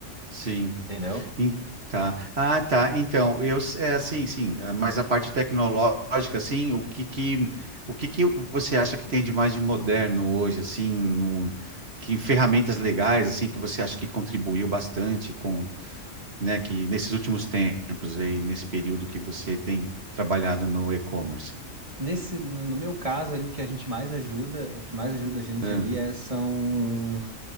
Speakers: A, on the right (about 60°); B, on the right (about 30°).
A: sim.
B: entendeu?
A: Em- Tá. Ah, tá. Então, eu, s- é assim, sim, é, mas a parte tecnológica, assim, o que que, o que que você acha que tem de mais de moderno hoje, assim, no, que ferramentas legais, assim, que você acha que contribuiu bastante com, né, que nesses últimos tempos aí, nesse período que você tem trabalhado no e-commerce?
B: Nesse, no, no meu caso ali, o que a gente mais ajuda, o que mais ajuda a gente
A: Hã?
B: ali é, são,